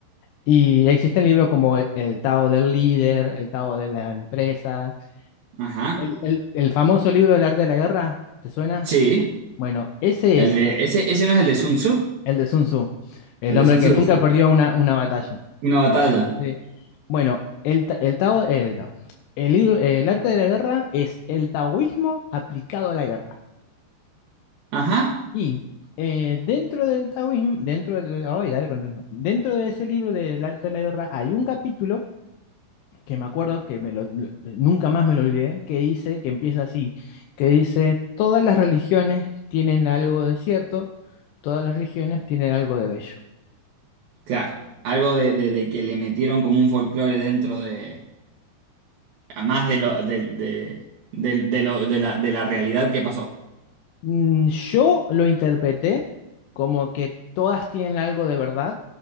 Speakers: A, on the left; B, on the right.
A: Y existen libros como el, el Tao del líder, el Tao de las empresas,
B: ajá,
A: el, el el famoso libro del arte de la guerra, ¿te suena?
B: sí,
A: Bueno, ese
B: el
A: es
B: de, ese, ese no es el de Sun Tzu,
A: El de Sun Tzu, el
B: el
A: hombre
B: de Sun
A: que
B: Tzu.
A: nunca perdió una, una batalla.
B: Una batalla.
A: Sí. Bueno, el, ta- el Tao, el Tao. El libro, el arte de la guerra es el taoísmo aplicado a la guerra.
B: Ajá,
A: Y eh, dentro del taoísmo, dentro del, ay, dale con el ritmo. dentro de ese libro del arte de la guerra hay un capítulo que me acuerdo que me lo- lo- nunca más me lo olvidé, que dice, que empieza así, que dice, todas las religiones tienen algo de cierto, todas las religiones tienen algo de bello.
B: claro. Algo de, de- de que le metieron como un folclore dentro de... a más de lo, del de, de- de lo- de la, de la realidad que pasó.
A: Mm, Yo lo interpreté como que todas tienen algo de verdad,